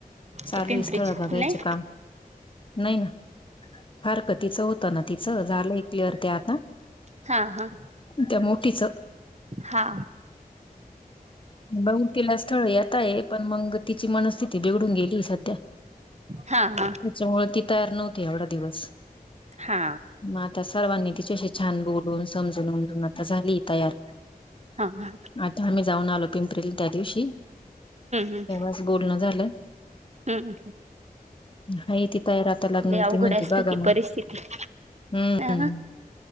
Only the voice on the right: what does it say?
ते पिंपरीच
नाही
हा हा
हा.
हा हा
हा
हा हम्म
हम्म
हम्म
लय
अवघड
असत
ती परिस्थिती
अ